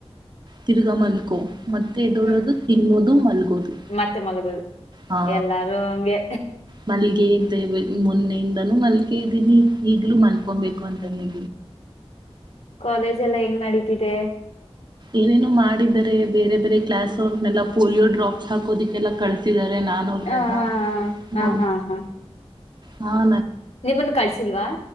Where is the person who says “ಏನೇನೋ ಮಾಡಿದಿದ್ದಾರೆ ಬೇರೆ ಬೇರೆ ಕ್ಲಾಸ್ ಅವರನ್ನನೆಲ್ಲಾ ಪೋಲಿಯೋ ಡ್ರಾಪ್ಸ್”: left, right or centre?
Right